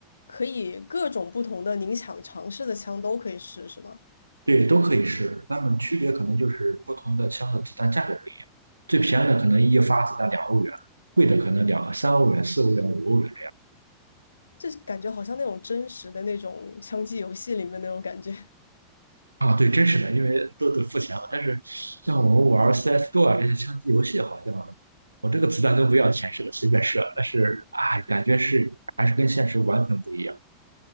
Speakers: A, on the left (about 80°); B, on the right (about 90°).
A: 可以各种不同的您想尝试的枪都可以试，是吗？
B: 对，都可以试，它们区别可能就是不同的枪的子弹价格不一样，最便宜的可能一发子弹两欧元，贵的可能两三欧元、四欧元、五欧元。
A: 这感觉好像那种真实的那种枪击游戏里面那种感觉。
B: 啊，对，真实的，因为都得付钱了。但是像我们玩 CS:GO 啊这些枪击游戏，好像我这个子弹都不要钱似的，随便射。但是啊，感觉是还是跟现实完全不一样。